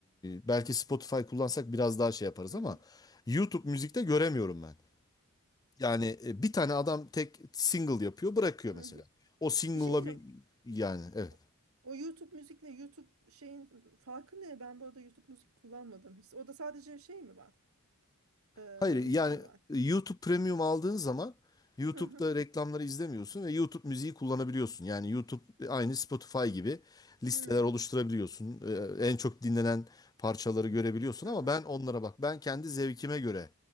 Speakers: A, on the left (about 15°); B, on the right (about 80°).
A: e, belki Spotify kullansak biraz daha şey yaparız
B: hı
A: ama
B: hı,
A: YouTube müzikte göremiyorum ben. Yani e, bir tane adam tek single yapıyor, bırakıyor
B: hı
A: mesela.
B: hı.
A: O single'la
B: Bir şey diyeceğim.
A: bir yani evet.
B: O o YouTube müzikle YouTube şeyin farkı ne? Ben bu arada YouTube müzik kullanmadım hiç. O da sadece şey mi var? Ee,
A: Hayır
B: müzik
A: yani
B: mi var?
A: e, YouTube Premium aldığın zaman YouTube'da
B: Hı hı,
A: reklamları izlemiyorsun ve YouTube müziği kullanabiliyorsun. Yani YouTube e, aynı Spotify gibi listeler
B: hı
A: oluşturabiliyorsun. Ee, en çok dinlenen parçaları görebiliyorsun
B: hı.
A: ama
B: hı.
A: ben onlara bak. Ben kendi zevkime göre